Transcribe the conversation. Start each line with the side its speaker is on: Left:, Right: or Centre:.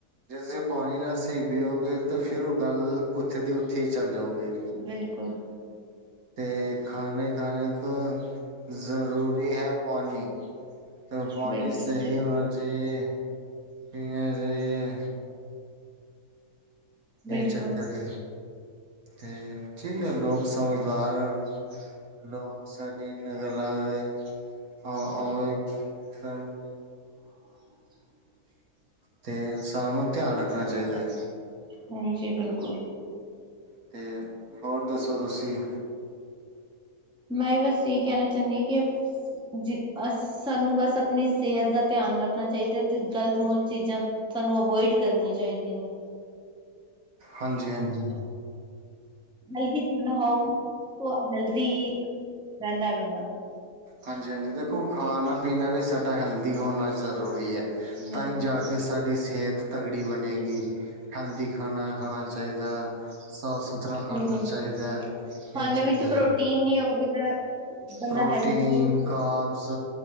Right: ਜੇ ਤੁਸੀਂ ਪਾਣੀ ਨਾਲ ਸਹੀ ਪੀਓਗੇ ਤਾਂ ਫੇਿਰ ਉਹ ਗੱਲ ਉੱਥੇ ਦੀ ਉੱਥੇ ਹੀ ਚੱਲ ਜਾਓਗੀ।
Centre: ਬਿਲਕੁਲ।
Right: ਅਤੇ ਖਾਣੇ ਖਾਣੇ ਤੋਂ ਜ਼ਰੂਰੀ ਹੈ ਪਾਣੀ। ਤਾਂ ਪਾਣੀ
Centre: ਬਿਲਕੁਲ
Right: ਸਹੀ ਹੋਣਾ ਚਾਹੀਏ ਪੀਣੇ ਚਾਹੀਏ ਇਹ
Centre: ਬਿਲਕੁਲ
Right: ਚੱਕਰ ਹੈ ਤੇ ਠੀਕ ਹੈ ਲੋਗ ਸਮਝਦਾਰ ਹਨ ਲੋਕ ਸਡੀ ਇਨ ਗਲਾ ਦੇ ਹਾਂ ਔਰ ਏਕ ਸਨ
Centre: <unintelligible>
Right: ਤੇ ਇਨਸਾਨ ਨੂੰ ਧਿਆਨ ਰੱਖਣਾ ਚਾਹੀਦਾ।
Centre: ਹਾਂਜੀ, ਬਿਲਕੁਲ
Right: ਅਤੇ ਹੋਰ ਦੱਸੋ ਤੁਸੀਂ
Centre: ਮੈਂ ਬਸ ਇਹੀ ਕਹਿਣਾ ਚਾਹੁੰਦੀ ਹਾਂ ਕਿ ਜਿ ਅਸੀ ਸਾਨੂੰ ਬਸ ਆਪਣੀ ਸਿਹਤ ਦਾ ਧਿਆਨ ਰੱਖਣਾ ਚਾਹੀਦਾ ਤੇ ਗ਼ਲਤ ਮੁਲ ਚੀਜ਼ਾਂ ਸਾਨੂੰ ਅਵੋਇਡ ਕਰਨੀਆਂ ਚਾਹੀਦੀਆਂ ਨੇ।
Right: ਹਾਂਜੀ, ਹਾਂਜੀ
Centre: ਹਲਦੀ ਤੋ ਨਹਾਓ ਤੇ ਹੈਲਥੀ ਰੰਦਾ ਬੰਦਾ
Right: ਹਾਂਜੀ, ਹਾਂਜੀ ਦੇਖੋ ਖਾਣਾ ਪੀਣਾ ਵੀ ਸਾਡਾ ਹੈਲਦੀ ਹੋਣਾ ਜ਼ਰੂਰੀ ਹੈ।
Centre: ਬਿਲਕੁਲ
Right: ਤਾਂ ਜਾ ਕੇ ਸਾਡੀ ਸਿਹਤ। ਤਗੜੀ ਬਣੇਗੀ ਹੈਲਦੀ ਖਾਣਾ ਖਾਣਾ ਚਾਹੀਦਾ ਸਾਫ਼ ਸੁਥਰਾ ਤਰ੍ਹਾਂ
Centre: ਬਿਲਕੁਲ
Right: ਖਣਾ ਚਾਹੀਦਾ
Centre: ਖਾਣੇ
Right: ਇਹ ਚੱਕਰ
Centre: ਵਿੱਚ ਪ੍ਰੋਟੀਨ ਨਹੀਂ ਹੋਗੀ ਤਾਂ ਬੰਦਾ
Right: ਪਰੋਟੀਨ
Centre: ਹੈਲਦੀ ਨਹੀਂ
Right: ਕਾਬਸ